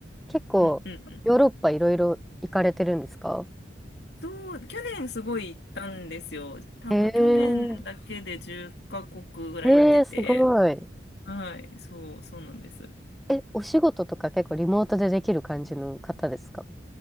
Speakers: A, in the centre; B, on the left.
A: 結構、
B: うんうん
A: ヨーロッパいろいろ行かれてるんですか
B: そう、去年すごい行ったんですよ。多分去年だけで10カ国ぐらい行ってて。
A: へえー、えー、すごい。
B: はい、そう、そうなんです。
A: え、お仕事とか結構リモートでできる感じの方ですか